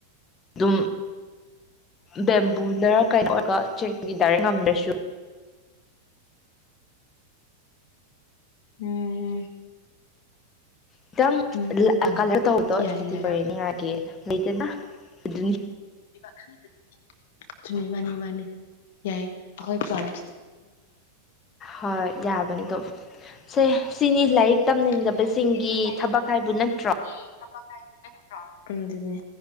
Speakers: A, on the left; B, on the left.
A: ꯑꯗꯨꯝ ꯕꯦꯝꯕꯨꯗꯔ ꯀꯩꯅꯣ ꯑꯣꯏꯔꯒ ꯆꯦꯛꯒꯤ ꯗꯥꯏꯔꯦꯛ ꯉꯝꯗ꯭ꯔꯁꯨ
B: ꯎꯝ
A: ꯈꯤꯇꯪ
B: ꯎꯝ ꯎꯝ
A: ꯂꯥꯏꯠ
B: ꯎꯝ
A: ꯀꯂꯔ ꯇꯧꯕꯗꯣ
B: ꯌꯥꯏ ꯌꯥꯏ ꯑꯗꯨꯅꯤ
A: <unintelligible> ꯂꯩꯗꯅ ꯑꯗꯨꯅꯤ
B: <unintelligible> ꯑꯗꯨꯅꯦ ꯃꯥꯅꯤ ꯃꯥꯅꯤ ꯌꯥꯏ ꯑꯩꯈꯣꯏ ꯄꯂꯥꯟ
A: ꯍꯣꯏ ꯌꯥꯕꯅꯤ ꯑꯗꯣ ꯁꯦ ꯁꯤꯅꯤ ꯂꯥꯏꯔꯤꯛ ꯇꯝꯅꯤꯡꯗꯕꯁꯤꯡꯒꯤ
B: <unintelligible> ꯁꯤꯅꯤ ꯂꯥꯏꯔꯤꯛ
A: ꯊꯕꯛ
B: ꯇꯝꯅꯤꯡꯗꯕꯁꯤꯡꯒꯤ
A: ꯍꯥꯏꯕꯨ ꯅꯠꯇ꯭ꯔꯣ
B: ꯊꯕꯛ ꯍꯥꯏꯕꯨ ꯅꯠꯇ꯭ꯔꯣ ꯑꯗꯨꯅꯦ